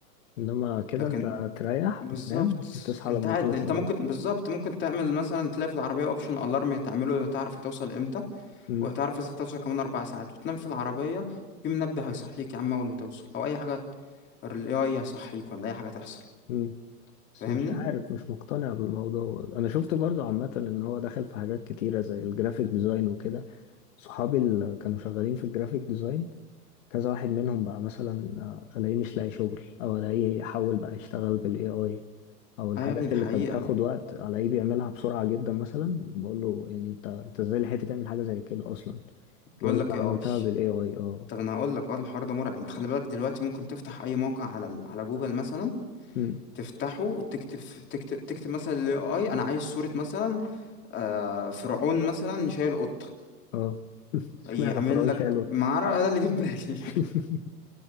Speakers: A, on the left; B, on the left.
A: إنما كده
B: لكن
A: أنت تريح
B: بالظبط
A: وتنام وتصحى
B: انت
A: لما
B: قاعد
A: توصل
B: انت ممكن
A: بقى
B: بالظبط ممكن تعمل مثلا تلاقي في العربيه اوبشن الارم تعمله لو تعرف هتوصل امتى
A: مم.
B: وهتعرف اذا توصل كمان اربع ساعات وتنام في العربيه في منبه هيصحيك يا عم اول ما توصل لو اي حاجه الاي اي هيصحيك ولا اي حاجه تحصل
A: مم. بس
B: فاهمني
A: مش عارف مش مقتنع بالموضوع انا شفت برضو عامة ان هو دخل في حاجات كتيرة زي الجرافيك ديزاين وكده صحابي اللي كانوا شغالين في الجرافيك ديزاين كذا واحد منهم بقى مثلا آه، الاقيه مش لاقي شغل او الاقيه حول بقى يشتغل بالاي اي او الحاجات
B: اه يا ابني ده
A: اللي
B: حقيقه
A: كانت بتاخد وقت الاقيه بيعملها بسرعة جدا مثلا بقول له يعني انت انت ازاي لحقت تعمل حاجة زي كده اصلا
B: بيقول
A: يقول لي
B: لك
A: انا
B: ايه
A: عملتها
B: اي
A: بالاي اي اه
B: طب انا هقول لك اه الحوار ده مرعب انت خلي بالك دلوقتي ممكن تفتح اي موقع على ال- على جوجل مثلا
A: أمم،
B: تفتحه تكتب تكتب تكتب مثلا الاي اي انا عايز صورة مثلا آه فرعون مثلا شايل قطة
A: اه <laughs> اشمعنى
B: يعمل
A: فرعون
B: لك
A: شالوت
B: معركة آه، ده اللي جه في بالي
A: <laughs>